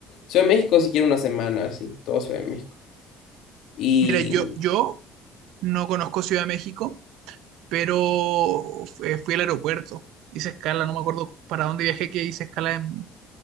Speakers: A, on the left; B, on the right.
A: Ciudad de México si quiero una semana, sí todo Ciudad de México. Y
B: Mira, yo, yo no conozco Ciudad de México, pero fu- eh, fui, al aeropuerto. Hice escala, no me acuerdo para dónde viajé, que hice escala en,